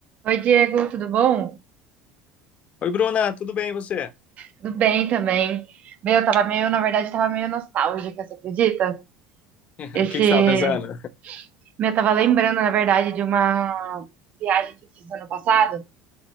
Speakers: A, on the right; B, on the left.
A: Oi, Diego, tudo bom?
B: Oi, Bruna, tudo bem e você?
A: Tudo bem também. Meu, eu tava meio, na verdade, tava meio nostálgica, você acredita?
B: <laughs> O
A: Esse,
B: que que você estava pensando?
A: meu, eu tava lembrando, na verdade, de uma viagem que eu fiz ano passado,